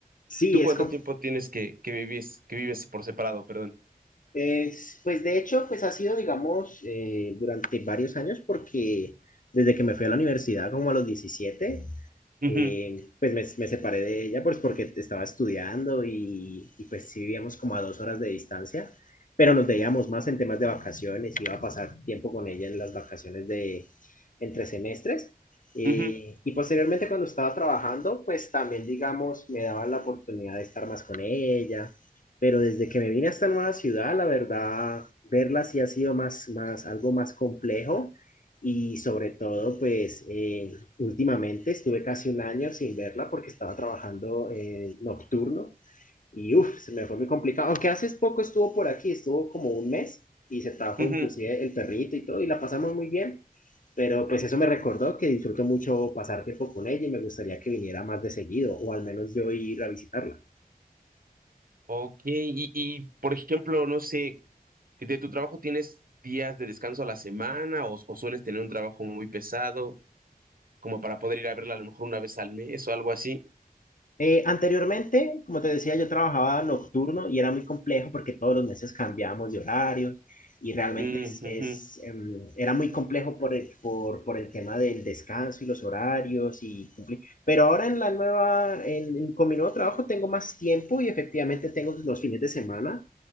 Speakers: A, on the left (about 60°); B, on the right (about 70°).
A: Sí,
B: ¿Tú
A: es,
B: cuánto
A: com-
B: tiempo tienes que, que vives, que vives por separado, perdón?
A: Es, pues de hecho, pues ha sido, digamos, eh, durante varios años porque desde que me fui a la universidad, como a los diecisiete
B: Ujú,
A: eh, pues me, me, separé de ella pues porque estaba estudiando y, y, pues sí vivíamos como a dos horas de distancia, pero nos veíamos más en temas de vacaciones, iba a pasar tiempo con ella en las vacaciones de entre semestres. Eh,
B: ujú,
A: y posteriormente cuando estaba trabajando, pues también, digamos, me daba la oportunidad de estar más con ella, pero desde que me vine a esta nueva ciudad, la verdad, verla sí ha sido más, más, algo más complejo y sobre todo, pues, eh, últimamente estuve casi un año sin verla porque estaba trabajando eh, nocturno y uff, se me fue muy complicado. Aunque hace poco estuvo por aquí, estuvo como un mes y se trajo
B: ujú.
A: inclusive el perrito y todo y la pasamos muy bien. Pero pues eso me recordó que disfruto mucho pasar tiempo con ella y me gustaría que viniera más de seguido o al menos yo ir a visitarla.
B: Ok, y, y por ejemplo, no sé, ¿de tu trabajo tienes días de descanso a la semana o, o sueles tener un trabajo muy pesado como para poder ir a verla a lo mejor una vez al mes o algo así?
A: Eh, anteriormente, como te decía, yo trabajaba nocturno y era muy complejo porque todos los meses cambiábamos de horarios y realmente
B: Mm,
A: es, es,
B: Ujú,
A: em, era muy complejo por el, por, por el tema del descanso y los horarios y cumplir. Pero ahora en la nueva, en- en- con mi nuevo trabajo tengo más tiempo y efectivamente tengo los fines de semana